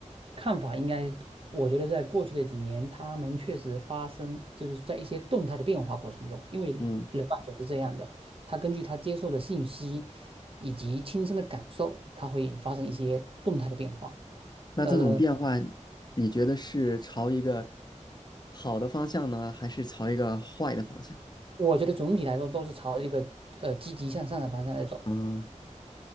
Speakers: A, on the right; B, on the left.
A: 看法，应该我觉得在过去的几年，他们确实发生就是在一些动态的变化过程中，因为人嘛总是这样的，
B: 嗯，
A: 他根据他接受的信息以及亲身的感受，他会发生一些动态的变化。
B: 那这种变化，
A: 呃，
B: 你觉得是朝一个好的方向呢，还是朝一个坏的方向？
A: 我觉得总体来说都是朝着一个呃积极向上的方向在走。
B: 嗯，